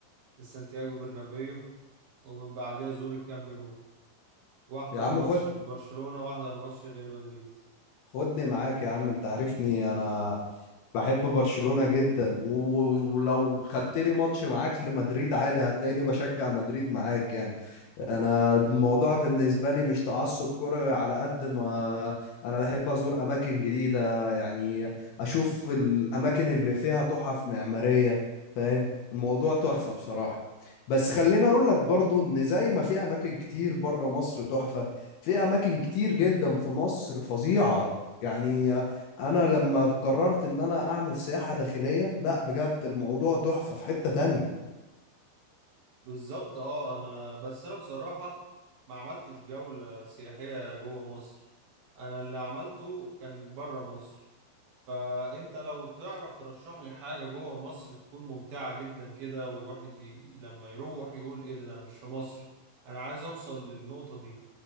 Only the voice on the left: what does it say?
يا عم
خد
خدني معاك يا عم انت عارفني انا بحب برشلونة جدا و- ولو خدتني ماتش معاك لمدريد عادي هتلاقيني بشجع مدريد معاك يعني انا الموضوع بالنسبه لي مش تعصب كروي على قد ما انا بحب ازور اماكن جديده يعني اشوف الاماكن اللي فيها تحف معماريه فاهم الموضوع تحفه بصراحه بس خليني اقول لك برضو ان زي ما في اماكن كتير بره مصر تحفه في اماكن كتير جدا في مصر فظيعه يعني انا لما قررت ان انا اعمل سياحه داخليه لا بجد الموضوع تحفه في حته تانية